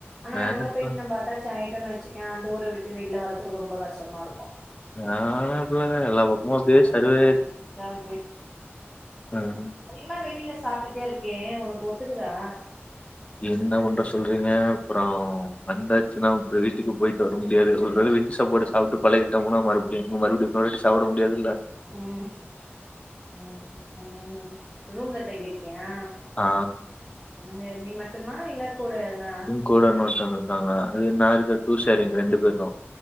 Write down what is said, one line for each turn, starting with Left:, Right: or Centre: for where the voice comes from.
Centre: ஆனா
Left: எனக்கும்
Centre: அங்க போயிட்டு நம்மட்டா அட்டாச்சி வச்சிக்கேன் அந்த ஊரை விட்டு வெளியில வர்றதுக்கு ரொம்ப கஷ்டமா இருக்கும்
Left: நான் அப்படிலாம் இல்லங்கா எல்லா பக்கமும் அபச
Centre: அந்த மாரி
Left: சரியாயிருச்சு
Centre: ரொம்ப ரொ இதாவே
Left: உஹம்
Centre: ஆ வெளியில சாப்பிட்டுட்டே இருக்கேன் உனக்கு ஒத்துக்குதா
Left: என்ன பண்ற சொல்றீங்க அப்புறம் வந்தாச்சுன்னா இப்ப வீட்டுக்கு போயிட்டு வர முடியாது ஒருவேளை வீட்டு சாப்பாடுட்டு சாப்பிட்டு பழகிட்டோம்ன்னா மறுபடியும் எங்க மறுபடியும் மறுபாடி சாப்பிட முடியதுல்ல
Centre: உம் உம் உம் ரூம்ல தங்கிருக்கியியா
Left: ஆ.
Centre: உம் நீ மட்டுமா இல்ல கூட நா
Left: இ கூட இன்னோருத்தவங்க இருக்காங்க அது நான் இருக்க டூ சார் எங்க ரெண்டு பேரும்